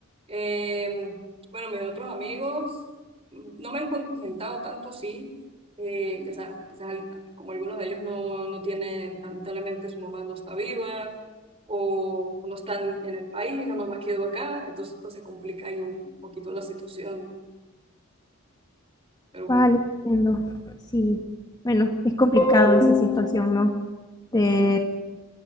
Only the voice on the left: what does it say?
Vale, entiendo. Sí, bueno, es complicado esa situación, ¿no? De